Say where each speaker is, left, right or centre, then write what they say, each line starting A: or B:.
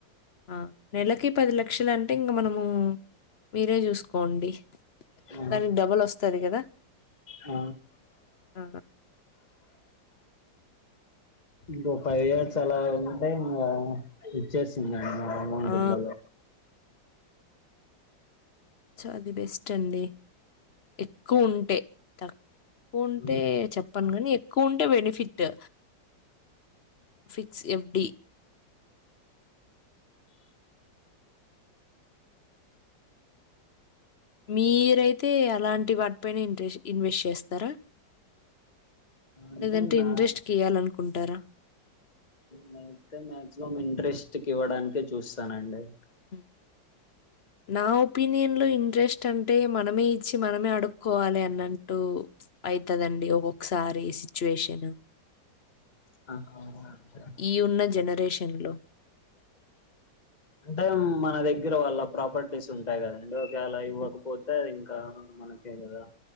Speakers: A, on the left; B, on the left.
A: ఆ నెలకి పది లక్షలంటే ఇంగ మనమూ మీరే జూస్ కోండి
B: ఆ
A: దానిగ్ డబలొస్తది గదా
B: ఆ
A: అ
B: ఇంకో ఫైవ్ ఇయర్స్ అలా ఉంటే ఇంగా ఇచ్చేస్తుందండి మా అమౌంటు
A: ఆ!
B: డబ
A: సో అది బెస్టండి ఎక్కువుంటే తక్ పోన్
B: డబల్
A: పే చొప్ ప్పన్ గని ఎక్కువుంటే బెనిఫిట్టు ఫిక్స్ ఎఫ్డీ మీరైతే అలాంటి వాట్పైన ఇంట్రెస్ ఇన్వెస్ట్ చేస్తార
B: అంటే
A: లేదంటే
B: నా
A: ఇంట్రెస్ట్ కియాలన్కుంటారా
B: నేనైతే మాగ్జిమామ్ ఇంట్రెస్ట్ కివ్వడానికే చూస్తానండి
A: హు నా ఒపీనియన్ లో ఇంట్రెస్ట్ అంటే మనమే ఇచ్చి మనమే అడుక్కోవాలి అన్నన్ టూ అయితదండి ఒకొక్సారి సిచ్యువేషను
B: ఆహ <unintelligible>
A: ఈ ఉన్న జనరేషన్ ల్లో
B: అంటేమ్ మన దగ్గెర వాళ్ళ ప్రాపర్టీస్ ఉంటాయి గదండి ఒక్యాల
A: హ్మ్.
B: ఇవ్వకపో తే అవ్వింకా మనకే గదా